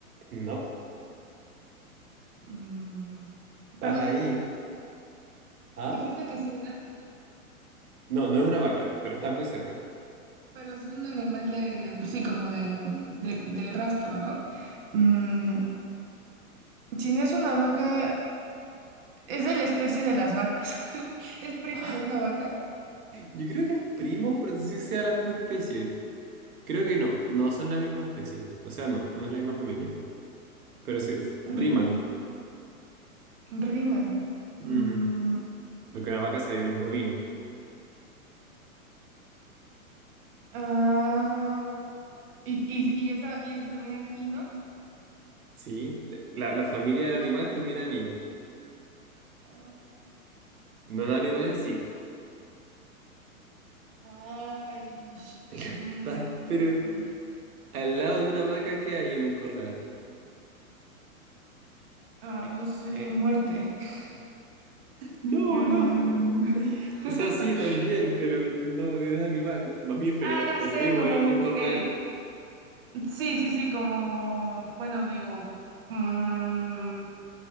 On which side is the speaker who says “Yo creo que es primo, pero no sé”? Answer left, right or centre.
Right